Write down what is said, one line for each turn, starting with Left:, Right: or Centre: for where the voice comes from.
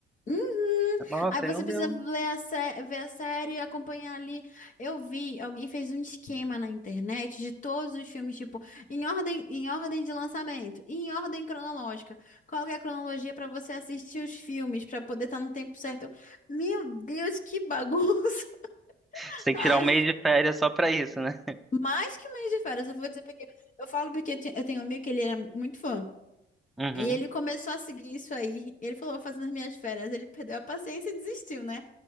Left: Uhum.
Centre: Nossa,
Left: Aí você
Centre: aí não
Left: precisa
Centre: deu.
Left: ler a sé- ver a série e acompanhar ali. Eu vi, alguém fez um esquema na internet de todos os filmes, tipo, em ordem, em ordem de lançamento, e em ordem cronológica. Qual que é a cronologia para você assistir os filmes, para poder estar no tempo certo? Eu, meu Deus, que bagunça! <laughs>
Centre: Você tem
Left: Ai,
Centre: que tirar um mês de férias só pra isso, né?
Left: mais que um mês de férias, eu vou dizer porque eu falo porque eu ti- eu tenho um amigo que ele era muito fã.
Centre: Uhum,
Left: E ele começou a seguir isso aí. Ele falou, vou fazer nas minhas férias, ele perdeu a paciência e desistiu, né?